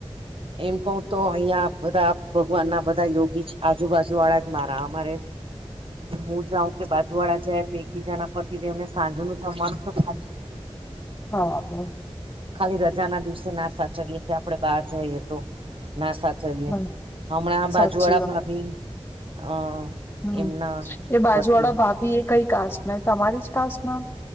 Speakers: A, on the right; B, on the left.
A: એમ કવ તો અહિયાં બધા ભગવાન ના બધા યોગી આજુબાજુ વાળા જ મારા અમારે હું જાઉં બાજુવાળા જાય તો એકબીજા ના પતિ દેવને સાંજ નું જમવાનું તો <unintelligible>
B: બરાબર.
A: ખાલી રજા ના દિવસે ના સાચવીએ કે આપડે બહાર જઈએ તો ના સાચવીએ
B: ધન
A: હમણાં
B: સાચી
A: બાજુવાળા ભાભી અ
B: હમ્મ
A: એમના
B: એ બાજુ
A: પતિ
B: વાળા ભાભી એ કઈ કાસ્ટ ના તમારી જ કાસ્ટ ના